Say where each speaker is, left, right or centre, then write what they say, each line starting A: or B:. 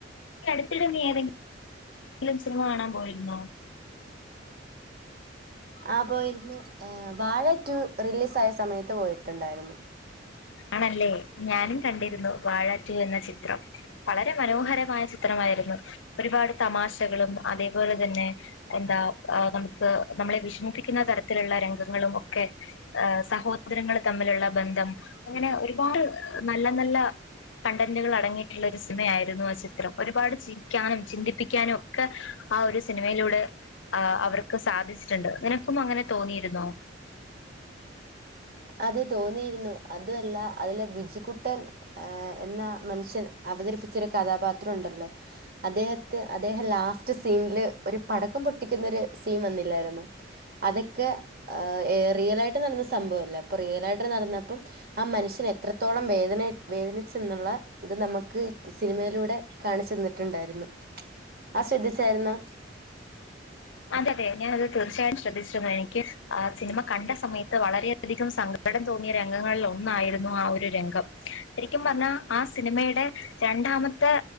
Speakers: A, on the left (about 80°); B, on the right (about 55°).
A: ഈ അടുത്തിടെ നീ ഏതെങ്കിലും സിനിമ കാണാൻ പോയിരുന്നോ
B: ആ പോയിര്ന്ന് വാഴ റ്റൂ റീലീസ് സായ സമയത്ത് പോയിട്ടുണ്ടായിരുന്നു
A: ആണല്ലേ ഞാനും കണ്ടിരുന്നു വാഴ റ്റു എന്ന ചിത്രം വളരെ മനോഹരമായ ചിത്രമായിരുന്നു ഒരുപാട് തമാശകളും അതേപോലെ തന്നെ എന്താ അ നമുക്ക് നമ്മളെ വിഷമിപ്പിക്കുന്ന തരത്തിലുള്ള രംഗങ്ങളും ഒക്കെ സഹോദരങ്ങൾ തമ്മിലുള്ള ബന്ധം അങ്ങനെ ഒരുപാട് നല്ല നല്ല കണ്ടന്റുകൾ അടങ്ങിയിട്ടുള്ള ഒരു സിനമയായിരുന്നു ആ ചിത്രം ഒരുപാട് ചിരിക്കാനും ചിന്തിപ്പി ക്കാനൊക്കെ ആ ഒരു സിനിമയിലൂടെ അ അവ സാധിച്ചിട്ടുണ്ട് നിനക്കും അങ്ങനെ തോന്നിയിരുന്നോ
B: അതെ തോന്നിയിരുന്നു അതുഅല്ല അതില് വിചികുട്ടൻ എന്ന മനുഷ്യൻ അവതരിപ്പിച്ചൊരു കഥാപാത്രം ഉണ്ടല്ലോ അദ്ദേഹത്ത് അദ്ദേഹം ലാസ്റ്റ് സീനില് ഒരു പടക്കം പൊട്ടിക്കുന്നൊരു സീൻ വന്നില്ലായിരുന്നു അതൊക്കെ ഏ റിയലായിട്ട് നടന്ന സംഭവല്ലേ പ്പ റിയലായിട്ട്ത് നടന്നപ്പം ആ മനുഷ്യന് എത്രത്തോളം വേദന വേദനിച്ചെന്നുള്ള ഇത് നമുക്ക് സിനിമയിലൂടെ കാണിച്ചെന്നിട്ടുണ്ടായിരുന്നു ആ ശ്രദ്ധിച്ചായിരുന്നോ
A: അതെ അതെ ഞാനത് തീർച്ചയായും ശ്രദ്ധിച്ചിരുന്നു എനിക്ക് സിനിമ കണ്ട സമയത്ത് വളരെയധികം സങ്കടം തോന്നിയ രംഗങ്ങളിൽ ഒന്നായിരുന്നു ആ ഒരു രംഗം ശരിക്കും പറഞ്ഞാ ആ സിനിമയുടെ രണ്ടാമത്തെ